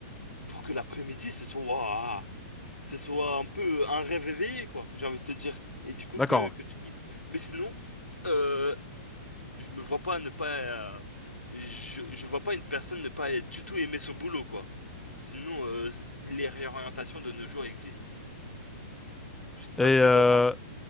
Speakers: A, on the left; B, in the centre.
A: pour que l'après-midi, ce soit, waouh, ce soit un peu un rêve éveillé, quoi, j'ai envie de te dire. Et du coup,
B: d'accord.
A: que, que
B: ouais.
A: tu kiffes. Mais sinon, euh, je me vois pas ne pas. euh, je, je vois pas une personne ne pas du tout aimer son boulot, quoi. Sinon, euh, les réorientations de nos jours existent. Je sais pas
B: Et euh,
A: ce que t'en penses.